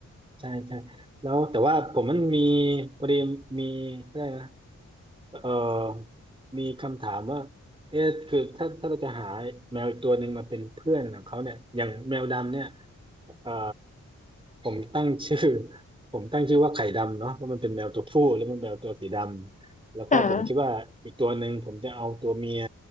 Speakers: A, on the right (about 15°); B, on the left (about 25°).
A: ใช่ใช่แล้วแต่ว่าผมมันมีพอดีมีอะไรยกนะ เอ่อมีคำถามว่าเอ๊ะคือถ้าถ้าเราจะหาแมวอีกตัวหนึ่งมาเป็นเพื่อนของเขาเนี่ยอย่างแมวดำเนี่ยเอ่อผมตั้งชื่อ <laughs> ผมตั้งชื่อว่าไข่ดำเนาะเพราะมันเป็นแมวตัวผู้แล้วมันแมวตัวสีดำแล้วก็ผมคิดว่าอีกตัวหนึ่งผมจะเอาตัวเมีย
B: ค่ะ